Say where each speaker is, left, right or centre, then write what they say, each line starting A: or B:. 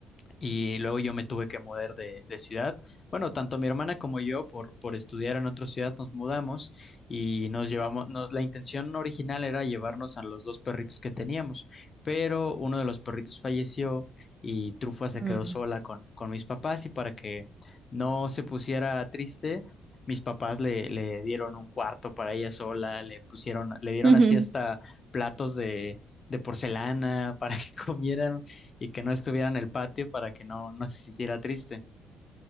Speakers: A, on the left; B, on the right.
A: y luego yo me tuve que mudar de, de ciudad. Bueno, tanto mi hermana como yo, por, por estudiar en otra ciudad, nos mudamos y nos llevamos. no- la intención original era llevarnos a los dos perritos que teníamos, pero uno de los perritos falleció y Trufa se
B: <laughs> Mm.
A: quedó sola con, con mis papás. Y para que no se pusiera triste, mis papás le, le dieron un cuarto para ella sola, le pusieron, le dieron
B: <laughs>
A: así hasta platos de, de porcelana para que <laughs> comiera y que no estuviera en el patio para que no, no se sintiera triste.